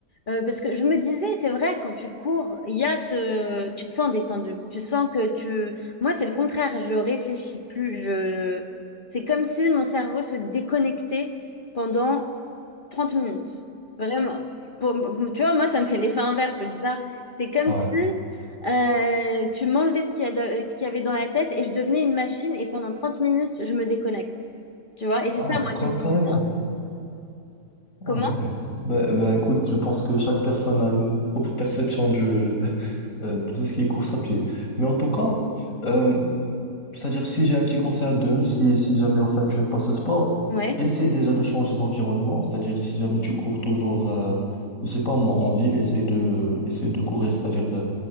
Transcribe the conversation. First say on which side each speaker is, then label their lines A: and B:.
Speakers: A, on the left; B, on the left.
A: euh, parce que je me disais, c'est vrai, quand tu cours, il y a ce... tu te sens détendu. Tu sens que tu... Moi, c'est le contraire. Je réfléchis plus. Je... C'est comme si mon cerveau se déconnectait pendant 30 minutes. Vraiment. Pour... Tu vois, moi, ça me fait l'effet inverse. C'est bizarre. C'est comme
B: Ouais.
A: si euh, tu m'enlevais ce qu'il y a de- ce qu'il y avait dans la tête et je devenais une machine et pendant 30 minutes, je me déconnecte. Tu vois? Et c'est
B: Ah,
A: ça, moi,
B: ca-
A: qui me fait
B: carrément.
A: du bien. Comment?
B: Ah ouais. Bah, bah, écoute, je pense que chaque personne a une propre perception du, <laughs> euh, de tout ce qui est course à pied. Mais en tout cas, euh, c'est-à-dire si j'ai un petit conseil à te donner, si, si jamais enfin tu n'aimes pas ce sport,
A: Ouais,
B: essaie déjà de changer d'environnement. C'est-à-dire si jamais tu cours toujours, euh, je sais pas moi, en ville, essaie de, essaie de courir. C'est-à-dire euh,